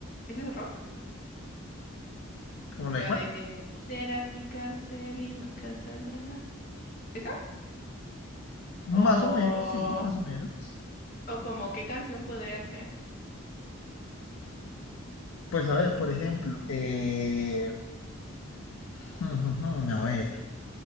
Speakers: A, on the left; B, on the left.
A: ese es rock,
B: ¿Como
A: la
B: la de cuál?
A: de Serás mi cárcel y nunca saldrás. ¿Esa?
B: Más
A: O,
B: o menos, sí, más o menos.
A: o como qué canción podría ser.
B: Pues a ver, por ejemplo, eh, <laughs> a ver,